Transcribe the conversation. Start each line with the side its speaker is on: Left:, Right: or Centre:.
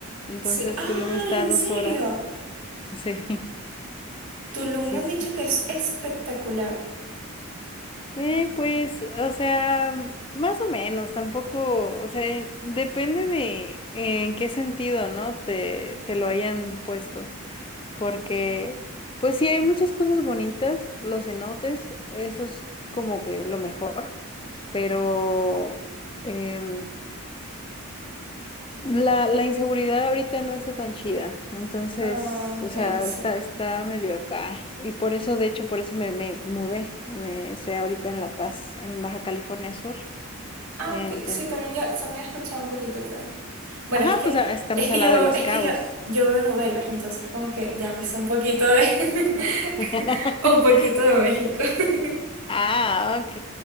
Left: entonces
Right: Sí, ay,
Left: Tulum está
Right: ¿en
Left: a dos
Right: serio?
Left: horas. Sí, <laughs>
Right: Tulum
Left: sí,
Right: me han
Left: sí.
Right: dicho que es espectacular.
Left: Eh, pues, o sea, más o menos, tampoco, o sea, eh, depende de en qué sentido, ¿no? Te, te lo hayan puesto, porque, pues sí, hay muchas cosas bonitas, los cenotes, eso es como que lo mejor, pero... em, La, la inseguridad ahorita no está tan chida, entonces,
Right: Ah, ok,
Left: o sea,
Right: sí.
Left: está, está medio acá. Y por eso, de hecho, por eso me, me mudé. Me, estoy ahorita en La Paz, en Baja California Sur.
Right: Ah,
Left: Entonces,
Right: que, sí, también ya, también he escuchado un poquito, creo. Bueno,
Left: ajá,
Right: es que,
Left: pues ah, estamos
Right: es que
Left: al
Right: yo
Left: lado
Right: veo,
Left: de Los
Right: es
Left: Cabos.
Right: que ya, yo veo novelas, entonces como que ya me sé un poquito de, <laughs>
Left: <laughs>
Right: un poquito de México. <laughs>
Left: Ah, ok,